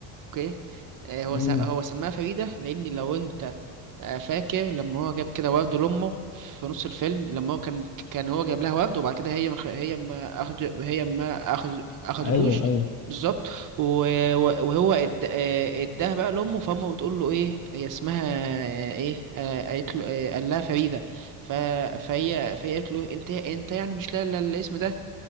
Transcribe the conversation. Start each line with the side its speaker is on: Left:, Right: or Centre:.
Right: اوكي آه، هو
Left: امم
Right: س- هو سماها فريدة لأن لو أنت آه، فاكر لما هو جاب كده ورد لأمه في نص الفيلم لما هو كان كان هو جاب لها ورد وبعد كده هي ما خ- هي ما أخد هي ما أخد أخدتوش
Left: ايوه ايوه
Right: بالظبط و- و- وهو إد- آه، اداها بقى لأمه فأمه بتقول له إيه هي اسمها آه، إيه آه، قالت له آه، قال لها فريدة ف- فهي فهي قالت له أنت أنت يعني مش لاقي إلا الاسم ده